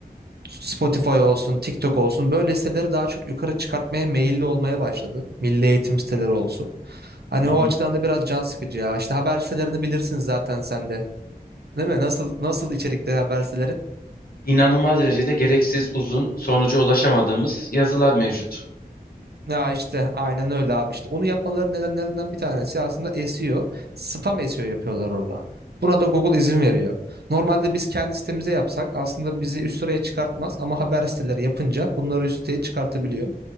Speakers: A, on the right; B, on the left.
A: Spotify olsun, TikTok olsun böyle siteleri daha çok yukarı çıkartmaya meyilli olmaya başladı. Milli eğitim siteleri olsun. Hani
B: hı hı.
A: o açıdan da biraz can sıkıcı ya. İşte haber sitelerini bilirsin zaten sen de. Değil mi? Nasıl nasıl içerikleri haber siteleri?
B: İnanılmaz derecede gereksiz uzun, sonuca ulaşamadığımız yazılar mevcut.
A: Ya işte aynen öyle abi işte onu yapmaları nedenlerinden bir tanesi aslında SEO spam SEO yapıyorlar orada. Buna da Google izin veriyor. Normalde biz kendi sitemize yapsak aslında bizi üst sıraya çıkartmaz ama haber siteleri yapınca bunları üst siteye çıkartabiliyor.